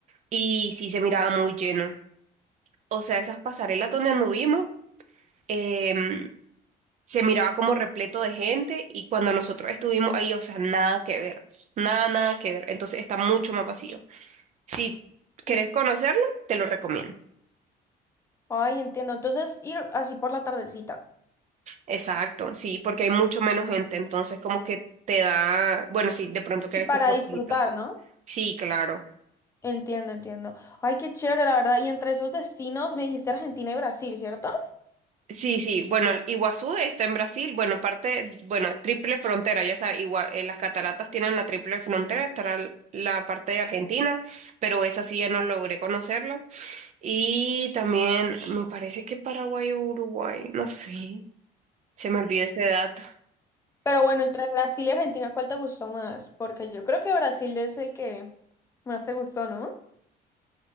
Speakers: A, on the right; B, on the left.
A: y sí se miraba muy lleno. O sea, esas pasarelas donde anduvimos. em, se miraba como repleto de gente y cuando nosotros estuvimos ahí, o sea, nada que ver, nada, nada que ver. Entonces está mucho más vacío. Si querés
B: En-
A: conocerlo, te lo recomiendo.
B: Ay, entiendo. Entonces, ir así por la tardecita.
A: Exacto, sí, porque hay mucho menos gente, entonces como que te da, bueno, si de pronto querés
B: Y para
A: tu fotito.
B: disfrutar, ¿no?
A: Sí, claro.
B: Entiendo, entiendo. Ay, qué chévere, la verdad. Y entre esos destinos me dijiste Argentina y Brasil, ¿cierto?
A: Sí, sí, bueno, el Iguazú está en Brasil, bueno, parte, bueno, triple frontera, ya sabes, igua- eh, las cataratas tienen la triple frontera, estará l- la parte de Argentina, pero esa sí ya no logré conocerla. Y también me parece que Paraguay o Uruguay, no sé, se me olvidó ese dato.
B: Pero bueno, entre Brasil y Argentina, ¿cuál te gustó más? Porque yo creo que Brasil es el que más te gustó, ¿no?